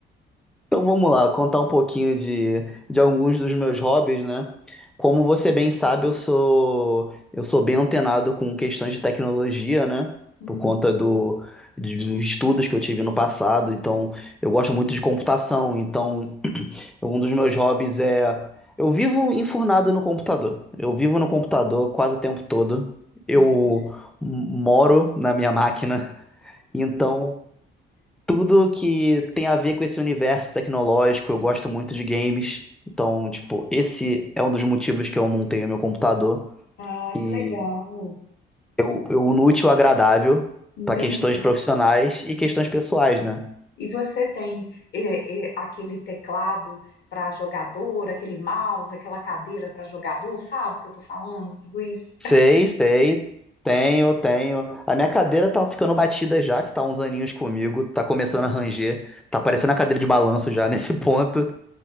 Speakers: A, in the centre; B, on the left.
A: Então vamos lá, contar um pouquinho de, de alguns dos meus hobbies, né? Como você bem sabe, eu sou eu sou bem antenado com questões de tecnologia, né?
B: Uhum,
A: Por conta do, dos estudos que eu tive no passado. Então, eu gosto muito de computação. Então, um dos meus hobbies é. Eu vivo enfurnado no computador. Eu vivo no computador quase o tempo todo. Eu
B: entendi.
A: moro na minha máquina. <laughs> Então, tudo que tem a ver com esse universo tecnológico, eu gosto muito de games. Então, tipo, esse é um dos motivos que eu montei o meu computador.
B: Ah,
A: E
B: que legal.
A: eu, eu uno o útil ao agradável
B: Entendi.
A: para questões profissionais e questões pessoais, né?
B: E você tem eh, eh, aquele teclado para jogador, aquele mouse, aquela cadeira para jogador, sabe o que eu estou falando? Tudo isso.
A: Sei, sei. Tenho, tenho. A minha cadeira tá ficando batida já, que tá uns aninhos comigo, tá começando
B: Sim.
A: a ranger, tá parecendo a cadeira de balanço já nesse <laughs> ponto.